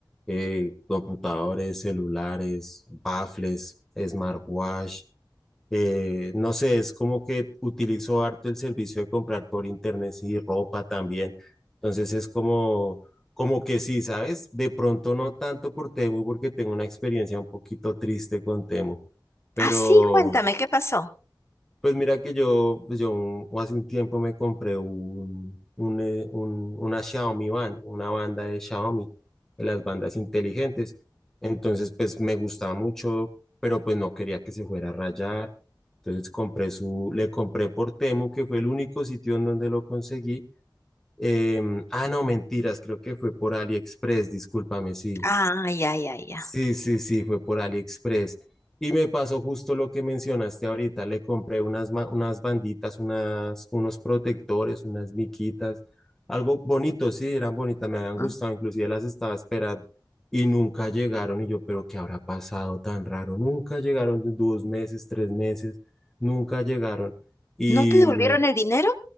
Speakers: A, in the centre; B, on the left.
A: eh, computadores, celulares, baffles, smartwatch. Eh, no sé, es como que utilizo harto el servicio de comprar por internet y ropa también. Entonces es como, como que sí, ¿sabes? De pronto no tanto por Temu porque tengo una experiencia un poquito triste con Temu, pero...
B: Ah, sí, cuéntame, ¿qué pasó?
A: Pues mira que yo, pues yo hace un tiempo me compré un, un, eh, un- una Xiaomi Band, una banda de Xiaomi, de las bandas inteligentes. Entonces, pues me gustaba mucho, pero pues no quería que se fuera a rayar. Entonces compré su, le compré por Temu, que fue el único sitio en donde lo conseguí. Em, ah, no, mentiras, creo que fue por AliExpress, discúlpame, sí.
B: Ah, ya, ya, ya.
A: Sí, sí, sí, fue por AliExpress. Y me pasó justo lo que mencionaste ahorita. Le compré unas, ma- unas banditas, unas, unos protectores, unas miquitas, algo bonito, sí, eran bonitas, me habían
B: Ah,
A: gustado, inclusive las estaba esperando y nunca llegaron. Y yo, pero ¿qué habrá pasado tan raro? Nunca llegaron, dos meses, tres meses, nunca llegaron. Y,
B: ¿No te devolvieron
A: mm,
B: el dinero?